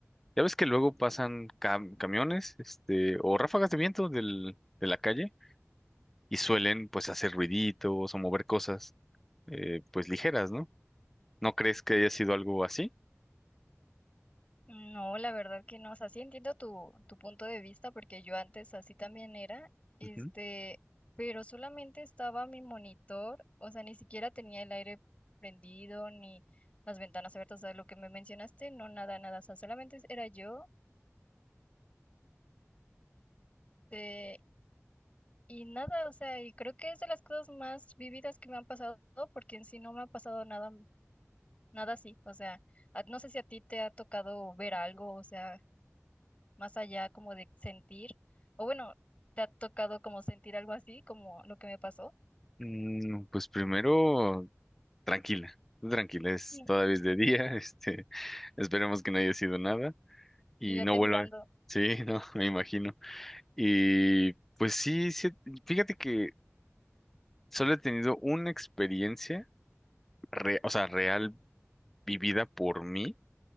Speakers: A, in the centre; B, on the left (about 25°).
A: Ya ves que luego pasan cam- camiones, este, o ráfagas de viento del, de la calle y suelen pues hacer ruiditos o mover cosas eh, pues ligeras, ¿no? ¿No crees que haya sido algo así?
B: No, la verdad que no, o sea, sí entiendo tu, tu punto de vista porque yo antes así también era, este,
A: Ujú.
B: pero solamente estaba mi monitor, o sea, ni siquiera tenía el aire prendido ni las ventanas abiertas, o sea, lo que me mencionaste, no, nada, nada, o sea, solamente era yo. eh, Y nada, o sea, y creo que es de las cosas más vividas que me han pasado, porque en sí no me ha pasado nada, nada así. O sea, a- no sé si a ti te ha tocado ver algo, o sea, más allá como de sentir, o bueno, te ha tocado como sentir algo así, como lo que me pasó.
A: Mm, pues primero, tranquila, tú tranquila, es
B: Sí.
A: todavía es de día, <laughs> este, esperemos que no haya sido nada y
B: Yo ya
A: no
B: temblando,
A: vuelva. Sí, <laughs> no, me imagino. Y pues sí, sí, fíjate que solo he tenido una experiencia, re- o sea, real vivida por mí,